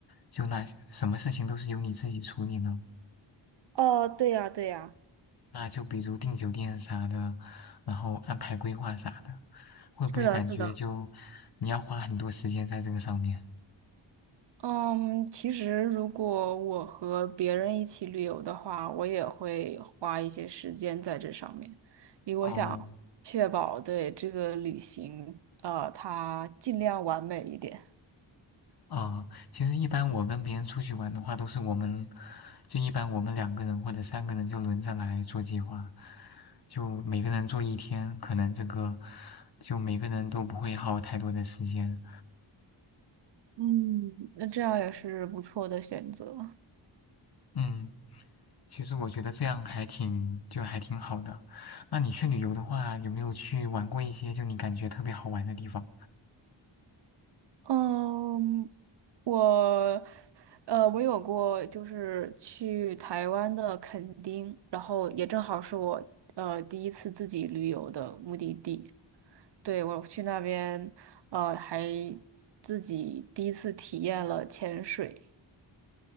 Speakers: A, on the left; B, on the right.
A: 就那什么事情都是由你自己处理呢？
B: 哦，对呀，对呀。
A: 那就比如订酒店啥的，然后安排规划啥的。会不会感觉就你要花很多时间在这个上面？
B: 是的，是的。嗯，其实如果我和别人一起旅游的话，我也会花一些时间在这上面，因为我想确保对这个旅行，
A: 哦，
B: 呃，它尽量完美一点。
A: 啊，其实一般我跟别人出去玩的话，都是我们就一般我们两个人或者三个人就轮着来做计划，就每个人做一天，可能这个就每个人都不会耗太多的时间。
B: 嗯，那这样也是不错的选择。
A: 嗯，其实我觉得这样还挺就还挺好的。那你去旅游的话，有没有去玩过一些就你感觉特别好玩的地方？
B: 嗯，我，呃，我有过就是去台湾的垦丁，然后也正好是我呃第一次自己旅游的目的地。对，我去那边，呃，还自己第一次体验了潜水，